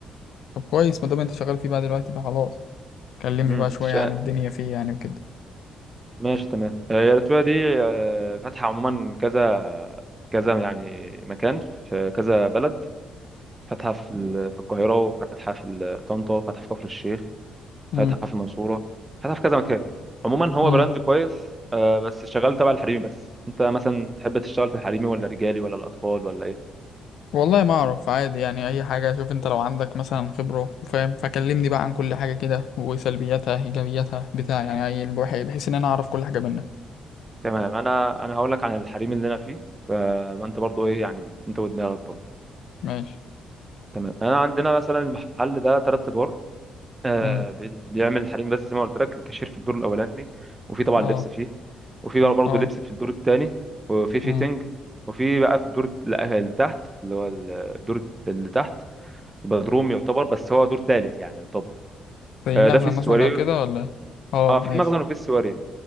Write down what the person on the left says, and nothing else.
طب كويس ما دام انت شغال فيه بقى دلوقتي فخلاص كلمني
بقى شويه
عن الدنيا فيه يعني وكده
مم.
مم.
والله ما اعرف عادي يعني اي حاجه شوف انت لو عندك مثلا خبره وفاهم فكلمني بقى عن كل حاجه كده وسلبياتها ايجابياتها بتاع يعني
اي البحي بحيث ان انا اعرف كل حاجه منك
ماشي
امم
اه
اه
امم
زي
مخزن
مثلا لو كده ولا إيه؟ اه
ماشي